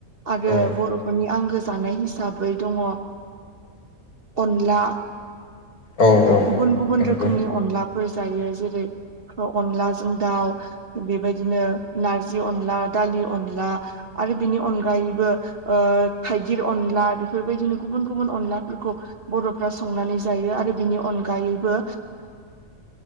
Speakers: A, on the right; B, on the left.
A: आरो
B: औ
A: बर'फोरनि आंगो जानाय हिसाबै दङ अनला
B: औ औ
A: गुबुन गुबुन
B: नंगौ
A: रोखोमनि अनला फोर जायो जेरै अनलाजों दाउ बेबायदिनो नारजि अनला दालि अनला आरो बिनि अनगायैबो थाइगिर अनला बेफोरबायदिनो गुबुन गुबुन अनलाफोरखौ बर'फ्रा संनानै जायो आरो बिनि अनगायैबो